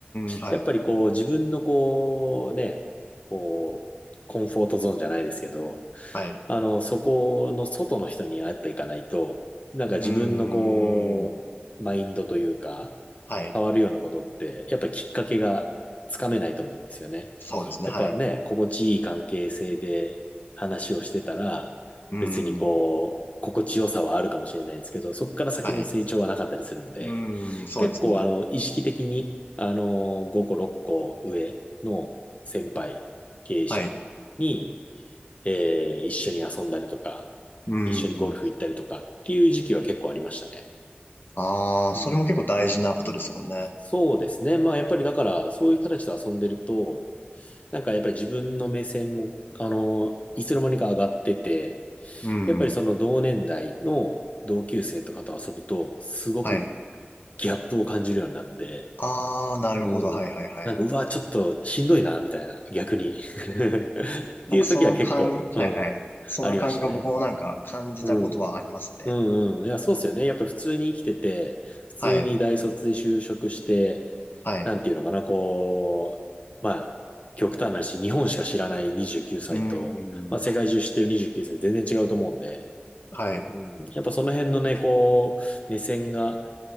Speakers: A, on the left (about 60°); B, on the left (about 35°).
A: ん、はい、
B: やっぱりこう、自分のこう、ね、こう、コンフォートゾーンじゃないですけど、
A: はい。
B: あの、そこの外の人に会っていかないと、なんか自分のこう、
A: うーん、
B: マインドというか、
A: はい。
B: 変わるようなことって、やっぱりきっかけがつかめないと思うんですよね。
A: そうですね、
B: やっぱね、
A: はい。
B: 心地いい関係性で話をしてたら、
A: うーん、
B: 別にこう、心地よさはあるかもしれないんですけど、そこから先の成長はなかったりするんで、
A: はい。うーん、そうですね。
B: 結構あの、意識的に、あの、5個、6個上の先輩、経営者に、
A: はい。
B: えー一緒に遊んだりとか、
A: うー
B: 一緒にゴルフ行ったりとかっていう時期は結構ありましたね。
A: ん。ああ、
B: うん。
A: それも結構大事なことですもんね。
B: そうですね。まあやっぱりだから、そういう人たちと遊んでると、なんかやっぱり自分の目線も、あの、いつの間にか上がってて、
A: うーん、
B: やっぱりその同年代の同級生とかと遊ぶと、すごく
A: はい。
B: ギャップを感じるようになって、
A: ああ、なるほど、
B: うん。
A: はい、はい、はい。
B: なんか、うわ、ちょっとしんどいな、みたいな、逆に。<laughs> っていう時は結構、
A: なんかその感、
B: うん、
A: はい、はい。そんな感覚が僕もなんか感じたことはありますね。
B: ありましたね。うん。うんうん。いや、そうっすよね。やっぱ普通に生きてて、普通に大卒で就職して、
A: はい、はい。
B: なんていうのかな、こう、まあ、極端な話、日本しか知らない29歳と、
A: うーん、
B: まあ、世界中知ってる29歳、全然違うと思うんで、
A: はい。
B: うん、やっぱその辺のね、こう、目線が、